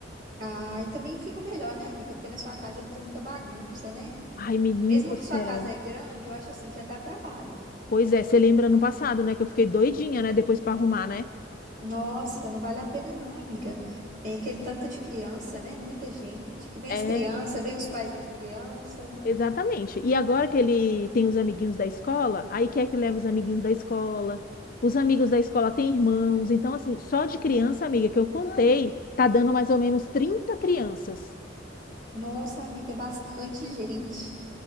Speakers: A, on the right; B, on the left.
A: Ah, e também fica melhor, né, amiga? Porque na sua casa ia fazer muita bagunça, né?
B: Ai, menino
A: Mesmo
B: do
A: que
B: céu.
A: sua casa é grande, eu acho assim que ia dar trabalho.
B: Pois é, você lembra no passado, né? Que eu fiquei doidinha, né? Depois pra arrumar, né?
A: Nossa, não vale a pena não, amiga. É aquele tanto de criança, né? Muita gente, que vem
B: É,
A: as crianças, vem os pais das crianças.
B: exatamente. E agora que ele tem os amiguinhos da escola, aí quer que leva os amiguinhos da escola. Os amigos da escola têm irmãos. Então, assim, só de criança, amiga, que eu contei, tá dando mais ou menos trinta crianças.
A: Nossa, amiga, é bastante <laughs> gente.